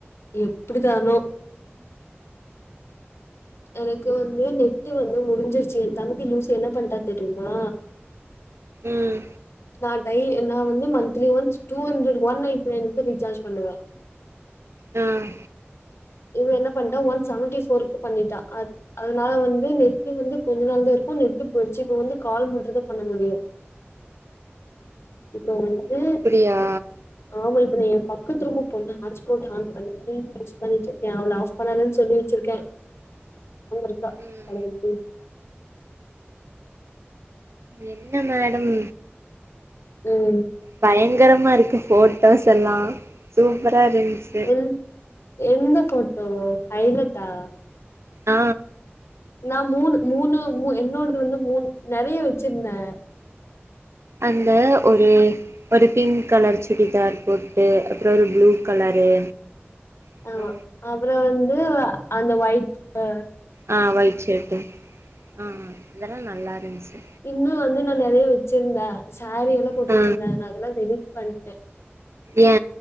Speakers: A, on the left; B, on the right.
A: எப்டிதானோ எனக்கு வந்து நெட்டு வந்து முடிஞ்சிருச்சு ஏ தம்பி லூசு என்ன பண்ட்டா தெரியுமா
B: ம்
A: நான் ஐ நா வந்து monthly once two hundred one ninety நைன்கு ரீசார்ஜ் பண்ணுவ
B: ம்
A: இவ என்ன பண்ட்டா ஒன் செவன்டி ஃபோருக்கு பண்ணிட்டா அ அதுனால வந்து நெட்டு வந்து கொஞ்ச நாள் தா இருக்கூ நெட்டு போயருச்சு இப்ப வந்து கால் மட்டு தா பண்ண முடியூ இப்ப வந்து
B: அப்டியா
A: ஆமா இப்ப நா ஏ பக்கத்து ரூமு போண ஹாட் ஸ்பாட் ஆன் பண்ணிட்டு யூஸ் பண்ணிட்ருக்கே அவள ஆஃப் பண்ணாதன்னு சொல்லி வச்சிருக்கே <unintelligible>
B: ம் என்ன மேடம்
A: ம்
B: பயங்கரமா இருக்கு ஃபோட்டோஸ் எல்லா சூப்பரா இருந்துச்
A: எந் எந்த ஃபோட்டோ ஹைலட்டா
B: ஆ
A: நா மூணு மூணு மு என்னோடது வந்து மூன் நெறையா வச்சுருந்தே
B: அந்த ஒரு ஒரு பிங்க் கலர் சுடிதார் போட்டு அப்றோ ஒரு ப்ளூ கலரு அப்றோ
A: ஆமா அப்றோ வந்து அந்த ஒய்ட் அ
B: ஆ ஒயிட் சர்ட்டு ஆ அதெல்லா நல்லா இருந்ச்சு
A: இன்னு வந்து நா நிறைய வச்சிருந்தே சாரி எதோ போட்டு
B: ஆ
A: வச்சிருந்தே நா அதெல்லா டெலிட் பண்ணிட்டே
B: ஏ